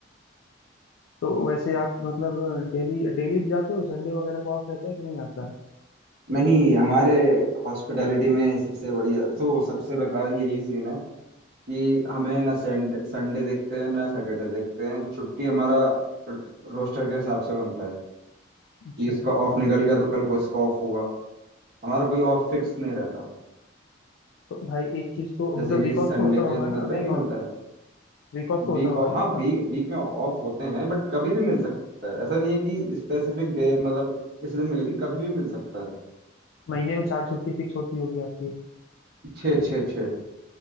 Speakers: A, on the left (about 85°); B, on the right (about 50°).
A: तो वैसे आप मतलब डेली डेली जाते हो संडे वगैरह को ऑफ रहता है कि नहीं आता
B: नहीं हमारे हॉस्पिटैलिटी में सबसे बढ़िया तो सबसे बेकार यही सीन है कि हमें ना संडे संडे देखते हैं ना सैटरडे देखते हैं छुट्टी हमारा रोस्टर के हिसाब से बनता है
A: अच्छा
B: कि इसका ऑफ निकल गया तो कल को इसका ऑफ होगा हमारा कोई ऑफ फिक्स नहीं रहता
A: तो भाई एक चीज तो
B: जैसे
A: मतलब
B: कि
A: वीक ऑफ
B: संडे
A: तो होता
B: को
A: होगा
B: जैसे
A: ना
B: मिलता है
A: वीक
B: नहीं मिलता
A: ऑफ
B: है
A: वीक ऑफ तो
B: वीक
A: होता होगा
B: ऑफ
A: ना
B: हाँ
A: आपका
B: वीक वीक में ऑफ होते हैं बट कभी भी मिल सकता है ऐसा नहीं है कि स्पेसिफिक डे मतलब इस दिन मिलेगी कभी भी मिल सकता है
A: महीने में चार छुट्टी फिक्स होती होगी आपकी
B: छः छः छः